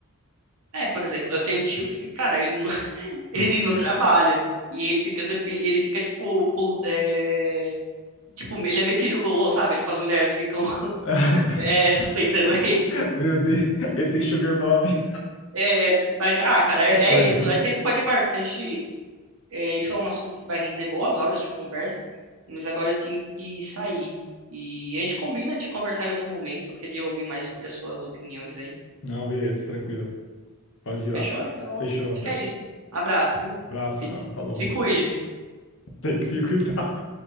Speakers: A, on the right; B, on the left.
A: É, por exemplo, eu tenho um tio que, cara, ele não, <laughs> ele
B: Nossa.
A: não trabalha. E ele fica, depen- e ele fica tipo, pul- é, tipo, ele é meio que gigolô, sabe? Tipo, as mulheres ficam <laughs>
B: <laughs>
A: é, sustentando ele.
B: Ah, Meu Deus, ele tem sugar mommy.
A: É, mas, ah, cara, é,
B: Que coisa,
A: é isso.
B: hein?
A: Acho que a gente pode marcar. A gente É, isso é um assunto que vai render boas horas de conversa, mas agora eu tenho que sair. E a gente combina de conversar em outro momento. Eu queria ouvir mais sobre as suas opiniões aí.
B: Não, beleza, tranquilo. Pode ir lá.
A: Fechou? Então,
B: Fechou,
A: acho
B: Matheus.
A: que é isso. Abraço, viu?
B: Abraço,
A: Se
B: mano. Falou.
A: se cuide.
B: Tem que ficar cuidado.